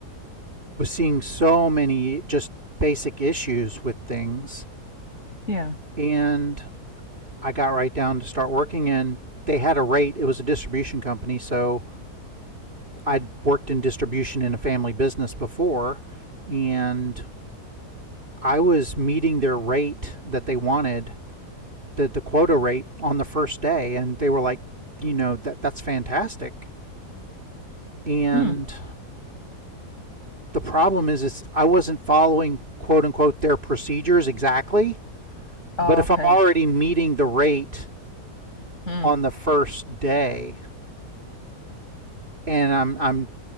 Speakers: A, on the right (about 35°); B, on the left (about 45°).
A: was seeing so many just basic issues with things.
B: Yeah.
A: And I got right down to start working, and they had a rate. It was a distribution company. So I'd worked in distribution in a family business before, and I was meeting their rate that they wanted, the, the quota rate on the first day. And they were like, you know, that, that's fantastic. And
B: Hmm.
A: the problem is, is I wasn't following quote unquote their procedures exactly.
B: Oh,
A: But if
B: okay.
A: I'm already meeting the rate
B: Hmm.
A: on the first day and I'm I'm